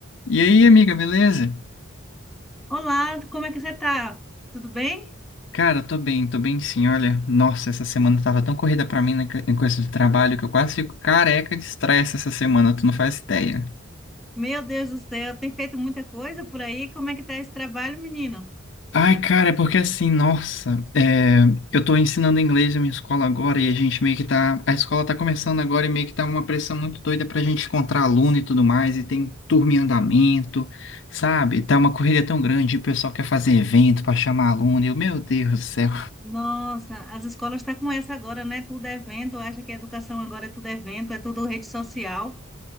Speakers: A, on the left; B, in the centre.
A: E aí, amiga, beleza?
B: Olá, como é que você tá? Tudo bem?
A: Cara, tô bem, tô bem sim. Olha, nossa, essa semana tava tão corrida pra mim na que- em coisa de trabalho que eu quase fico careca de estresse essa semana, tu não faz ideia.
B: Meu Deus do céu, tem feito muita coisa por aí. Como é que tá esse trabalho, menino?
A: Ai, cara, é porque assim, nossa, é, eu tô ensinando inglês na minha escola agora e a gente meio que tá. A escola tá começando agora e meio que tá uma pressão muito doida pra gente encontrar aluno e tudo mais, e tem turma em andamento, sabe? Tá uma correria tão grande, o pessoal quer fazer evento pra chamar aluno, e eu, meu Deus do céu.
B: Nossa, as escolas estão com essa agora, né? Tudo é evento, acha que a educação agora é tudo evento, é tudo rede social,